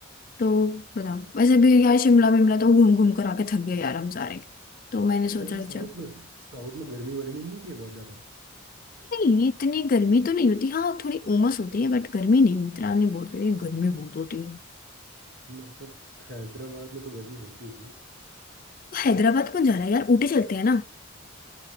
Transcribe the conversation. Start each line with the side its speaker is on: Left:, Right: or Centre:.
Left: तो बताओ वैसे भी यार शिमला विमला तो घूम घूम कर आके थक गए यार हम सारे तो मैंने सोचा
Right: यार
Left: कि
Right: साउथ
Left: चल
Right: में साउथ में गर्मी वर्मी नहीं होती है बहुत ज़्यादा
Left: नहीं इतनी गर्मी तो नहीं होती हाँ थोड़ी उमस होती है बट गर्मी नहीं इतना नहीं बोलते गर्मी बहुत होती है
Right: मतलब हैदराबाद में तो गर्मी होती होगी
Left: तो हैदराबाद कौन जा रहा है यार ऊटी चलते हैं ना